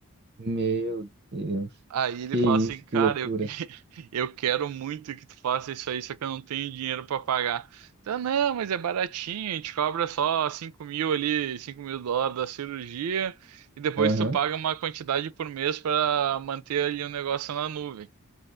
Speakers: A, on the right (about 45°); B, on the right (about 85°).
A: Meu Deus.
B: Aí ele
A: Que
B: fala
A: isso,
B: assim, cara,
A: que loucura.
B: eu, que- <laughs> eu quero muito que tu faça isso aí, só que eu não tenho dinheiro para pagar. Então, não, mas é baratinho, a gente cobra só cinco mil ali, cinco mil dólares da cirurgia, e depois
A: Aham.
B: tu paga uma quantidade por mês para manter ali o negócio na nuvem.